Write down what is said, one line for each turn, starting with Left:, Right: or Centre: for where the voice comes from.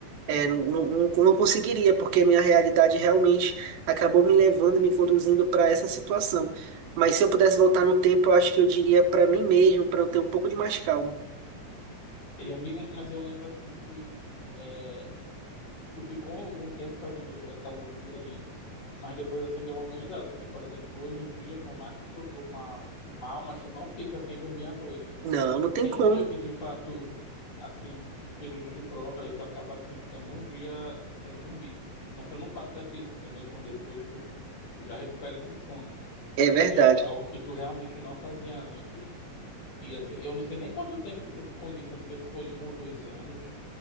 Right: É, não, não, não conseguiria, porque a minha realidade realmente acabou me levando, me conduzindo para essa situação. Mas se eu pudesse voltar no tempo, eu acho que eu diria para mim mesmo, para eu ter um pouco de mais calma.
Left: E amigo, mas eu lembro assim que é, tu ficou um tempo fazendo essa loucura aí, mas depois assim deu uma amenizada, porque, por exemplo, hoje em dia, por mais que tu durma mal, mas tu não fica sem dormir à noite.
Right: Não, não tem
Left: Tem
Right: como.
Left: dia que de fato, assim, tipo período de prova, aí tu acaba assim ficando um dia sem dormir, mas tu não passa disso, entendeu? Quando depois tu, tu já recupera esse sono,
Right: É verdade.
Left: que é al- algo que tu realmente não fazia antes. E assim, eu não sei nem quanto tempo que tu ficou nisso, eu não sei se foi um ou dois anos.